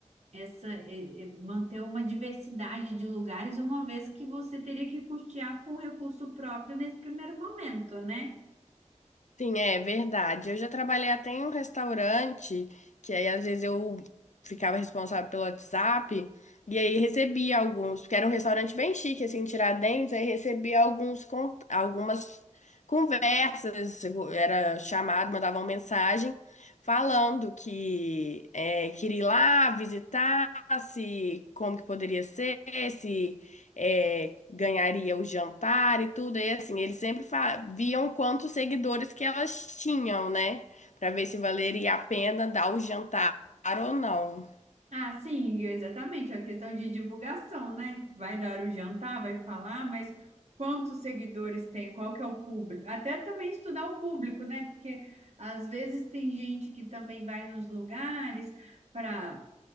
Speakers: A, on the right; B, on the left.
A: essa, é, é, manter uma diversidade de lugares, uma vez que você teria que custear com recurso próprio nesse primeiro momento, né?
B: Sim, é verdade. Eu já trabalhei até em um restaurante, que aí às vezes eu ficava responsável pelo WhatsApp, e aí recebia alguns, porque era um restaurante bem chique, assim, em Tiradentes, aí recebia alguns, con- algumas conversas, era chamado, mandava uma mensagem falando que é, queria ir lá visitar, se como que poderia ser, se é, ganharia o jantar e tudo. E assim, eles sempre fa- viam quantos seguidores que elas tinham, né? Pra ver se valeria a pena dar o jantar ou não.
A: Ah, sim, exatamente. A questão de divulgação, né? Vai dar o jantar, vai falar, mas quantos seguidores tem? Qual que é o público? Até também estudar o público, né? Porque às vezes tem gente que também vai nos lugares para